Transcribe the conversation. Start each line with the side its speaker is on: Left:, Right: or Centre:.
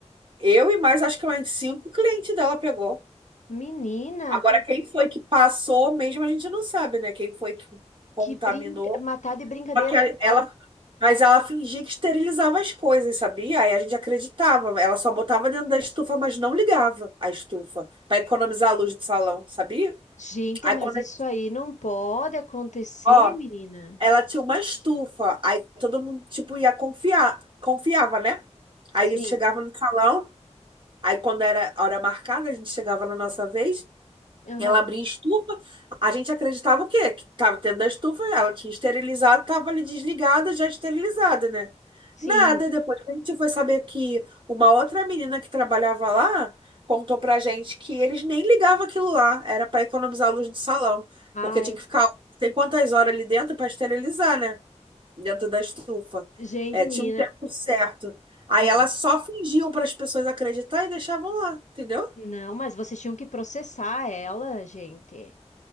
Right: Eu e mais, acho que mais cinco clientes dela pegou.
Left: menina,
Right: Agora,
Left: tá-
Right: quem foi que passou mesmo, a gente não sabe, né? Quem foi que contaminou.
Left: que brinca, matar de brincadeira.
Right: Só que a-
Left: Ó,
Right: ela, mas ela fingia que esterilizava as coisas, sabia? Aí a gente acreditava. Ela só botava dentro da estufa, mas não ligava a estufa, para economizar a luz do salão, sabia?
Left: gente,
Right: Aí
Left: mas
Right: quando,
Left: isso
Right: a-
Left: aí não pode acontecer,
Right: ó,
Left: menina.
Right: ela tinha uma estufa, aí todo mundo, tipo, ia confiar, confiava, né?
Left: Sim,
Right: Aí a gente chegava no salão, aí quando era a hora marcada, a gente chegava na nossa vez,
Left: aham,
Right: Ela abria estufa. A gente acreditava o quê? Que tava dentro da estufa, ela tinha esterilizado, tava ali desligada, já esterilizada, né?
Left: sim.
Right: Nada. Depois que a gente foi saber que uma outra menina que trabalhava lá contou pra gente que eles nem ligavam aquilo lá, era para economizar a luz do salão,
Left: Ai,
Right: porque tinha que ficar não sei quantas horas ali dentro para esterilizar, né? Dentro da estufa.
Left: gente,
Right: É,
Left: menina.
Right: tinha um tempo certo. Aí
Left: É.
Right: elas só fingiam para as pessoas acreditar e deixavam lá, entendeu?
Left: Não, mas vocês tinham que processar ela, gente.